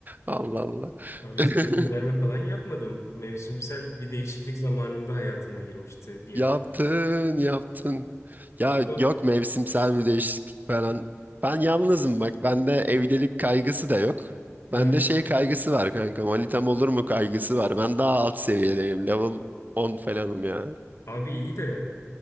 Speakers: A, on the right; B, on the left.
A: Allah Allah.
B: Abi
A: <laughs>
B: ismi gönderme falan yapmadım. Mevsimsel bir değişiklik zamanında hayatına girmişti diye.
A: Yaptın, yaptın. Ya
B: Abi,
A: yok mevsimsel bir değişiklik falan. Ben yalnızım bak. Bende evlilik kaygısı da yok. Bende
B: he.
A: şey kaygısı var kanka. Manitam olur mu kaygısı var. Ben daha alt seviyedeyim. Level on falanım ya.
B: Abi iyi de